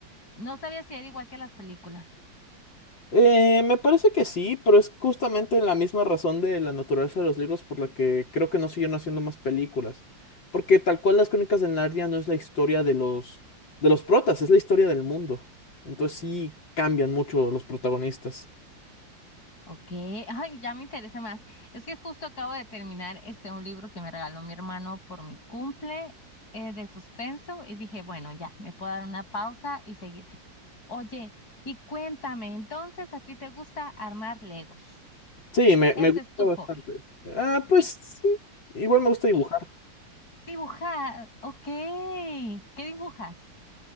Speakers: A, on the left (about 50°); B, on the left (about 75°).
A: No sabía si era igual que las películas.
B: Eh, me parece que sí, pero es justamente la misma razón de la naturaleza de los libros por la que creo que no siguen haciendo más películas. Porque tal cual las Crónicas de Narnia no es la historia de los, de los protas, es la historia del mundo. Entonces sí cambian mucho los protagonistas.
A: Ok, <laughs> ay, ya me interesa más. Es que justo acabo de terminar este un libro que me regaló mi hermano por mi cumple eh, de suspenso y dije, bueno, ya, me puedo dar una pausa y seguir. Oye, y cuéntame, entonces a ti te gusta armar Legos.
B: Sí, me,
A: Ese
B: me gusta
A: es tu
B: bastante.
A: hobby.
B: Ah, pues
A: Y,
B: sí, igual me gusta dibujar.
A: y dibujar, ok. ¿Qué dibujas?